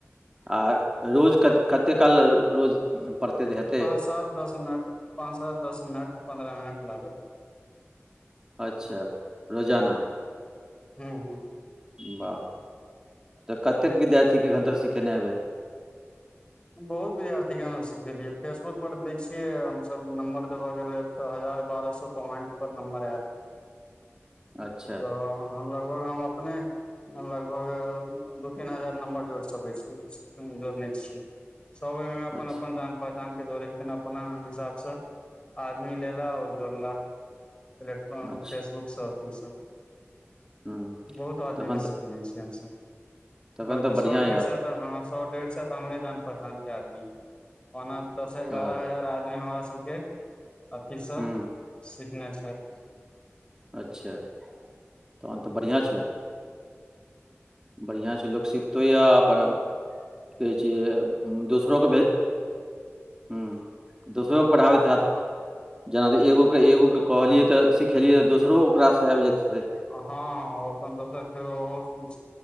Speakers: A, on the right; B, on the left.
A: आ रोज कत कते काल रोज पड़ते देहत
B: पाँच सात दस मिनट पाँच सात दस मिनट पन्द्रह मिनट लागत
A: अच्छा
B: हं
A: रोजाना
B: ह ह ह <unintelligible>
A: वाह तऽ कतेक विद्यार्थी के एखन तक सिखेने हेबइ <inaudible>
B: बहुत विद्यार्थी के हमसभ सिखेलियै फेसबुक पर दै छियै हमसब नम्बर देबयके लेल हजार बारह सौ कमेंट पर नंबर एल
A: अच्छा
B: तऽ लगभग हम अपने लगभग दू तीन हजार नम्बर जोड़ सकइ छीय जोड़ने छियै सब ओहि में अपन
A: अच्छा
B: अपन जान पहचान के जोड़े छथिन अपना हिसाब से आदमी ले ला आ जोड़ला प्लेटफॉर्म
A: अच्छा
B: फेसबुक स अथी सँ
A: हूँ
B: बहुत आदमी
A: तखन
B: के सिखने
A: तऽ
B: छियइ हमसब
A: तखन
B: लगभग
A: तऽ बढ़िआँ
B: सौ
A: यए
B: डेढ़ सौ तऽ हँ सौ डेढ़ सो तऽ हमरे जान पहचान के आदमी ओना दस एगारह
A: हँ
B: हजार आदमी हमरा सबके अथी सँ
A: हूँ
B: सिखने छइथ
A: अच्छा तहन तऽ बढ़िआँ छय बढ़िआँ छय लोक सिखतो यए अपन कहै छै दोसरोे भेज ह दोसरोे पढ़ाबैत ह तऽ जेना एगोक के एगोक के कहलियै तऽ सिखेलियै तऽ दोसरो ओकरा सँ आबि जेतइ
B: हँ अपन दोसर फेरो ओहो सिख